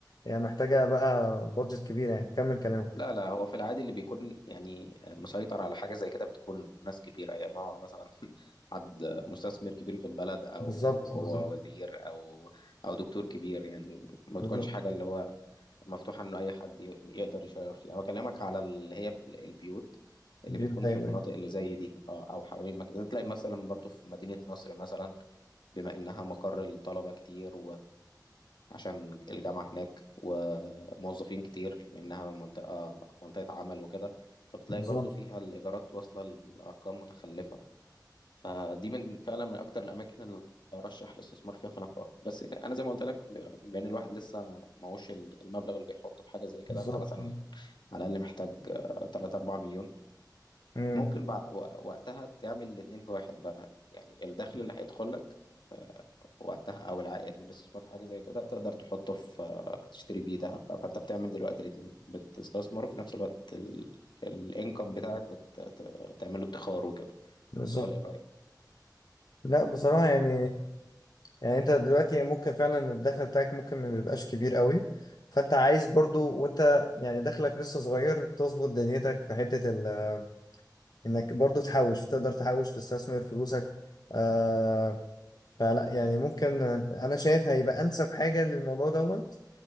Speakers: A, on the left; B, on the left.
A: هي محتاجه بقى بادجت كبيره يعني كمل كلامك
B: لا لا هو في العادي اللي بيكون يعني مسيطر على حاجة زي كده بتكون ناس كبيرة يا ما هو مثلا <laughs> حد مستثمر كبير في البلد أو
A: بالظبط
B: هو
A: بالظبط
B: وزير أو أو دكتور كبير يعني ما تكونش
A: بالظبط
B: حاجة اللي هو مفتوحة إنه أي حد ي- يقدر يشير فيها أنا بكلمك على اللي هي البيوت اللي
A: بيبدأ
B: بتكون في
A: ايوه
B: المناطق
A: أيوة.
B: اللي زي دي أه، أو حوالين المكان تلاقي مثلا برضو في مدينة نصر مثلا بما إنها مقر الطلبة كتير وعشان الجامعة هناك وموظفين كتير بما إنها منطقة منطقة عمل وكده فبتلاقي
A: بالظبط
B: برضو فيها الإيجارات واصلة لأرقام متخلفة فدي من فعلا من أكتر الأماكن اللي أرشح الاستثمار فيها في العقار بس أنا زي ما قلت لك بما إن الواحد لسه معهوش المبلغ اللي يحطه في حاجة زي كده
A: بالظبط
B: أنت مثلا
A: يعني
B: على الأقل محتاج 3 4 مليون
A: امم
B: ممكن بعد وقتها تعمل الاتنين في واحد بقى يعني الدخل اللي هيدخل لك آه، وقتها او العائد من الاستثمار في حاجه زي كده تقدر تحطه في آه، تشتري بيه دهب بقى. فانت بتعمل دلوقتي الاتنين بتستثمر وفي نفس الوقت الانكم بتاعك بتعمله ادخار وكده
A: بالظبط
B: ولا ايه رايك
A: لا بصراحة يعني يعني انت دلوقتي ممكن فعلا الدخل بتاعك ممكن ما بيبقاش كبير قوي فانت عايز برضو وانت يعني دخلك لسه صغير تظبط دنيتك في حتة ال انك برضو تحوش تقدر تحوش تستثمر فلوسك آه فلا يعني ممكن انا شايف هيبقى انسب حاجة للموضوع دوت